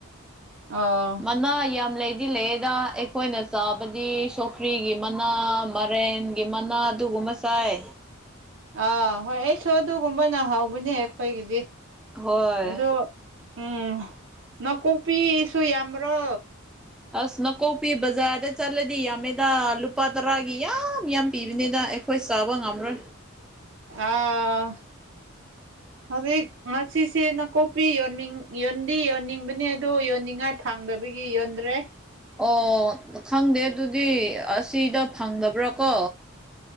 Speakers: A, on the right (about 65°); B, in the centre.
A: ꯑꯥ
B: ꯃꯅꯥ ꯌꯥꯝ ꯂꯩꯗꯤ ꯂꯩꯑꯗ ꯑꯩꯈꯣꯏꯅ ꯆꯥꯕꯗꯤ ꯁꯧꯒꯔ꯭ꯤꯒꯤ ꯃꯅꯥ ꯃꯔꯦꯟꯒꯤ ꯃꯅꯥ ꯑꯗꯨꯒꯨꯝꯕ ꯆꯥꯏ
A: ꯑꯥ ꯍꯣꯏ ꯑꯩꯁꯨ ꯑꯗꯨꯒꯨꯝꯕꯅ ꯍꯥꯎꯕꯅꯦ ꯑꯩꯈꯣꯏꯒꯤꯗꯤ
B: ꯍꯣꯏ
A: ꯑꯗꯨ ꯎꯝ ꯅꯥꯀꯨꯞꯄꯤꯁꯨ ꯌꯥꯝꯕ꯭ꯔꯣ
B: ꯑꯁ ꯅꯥꯀꯣꯛꯄꯤ ꯕꯖꯥꯔꯗ ꯆꯠꯂꯗꯤ ꯌꯥꯝꯃꯦꯗꯥ ꯂꯨꯄꯥ ꯇꯔꯥꯒꯤ ꯌꯥꯝ ꯌꯥꯝ ꯄꯤꯕꯅꯤꯗ ꯑꯩꯈꯣꯏ ꯆꯥꯕ ꯉꯝꯔꯣꯏ
A: ꯑꯥ
B: <inaudible>
A: ꯍꯧꯖꯤꯛ ꯉꯁꯤꯁꯦ ꯅꯥꯀꯨꯞꯄꯤ ꯌꯣꯟꯅꯤꯡ ꯌꯣꯟꯗꯤ ꯌꯣꯟꯅꯤꯡꯕꯅꯦ ꯑꯗꯣ ꯌꯣꯟꯅꯤꯡꯉꯥꯏ ꯐꯥꯡꯗꯕ ꯒꯤ ꯌꯣꯟꯗ꯭ꯔꯦ
B: ꯑꯣ ꯈꯪꯗꯦ ꯑꯗꯨꯗꯤ ꯑꯁꯤꯗ ꯐꯪꯗꯕ꯭ꯔꯥ ꯀꯣ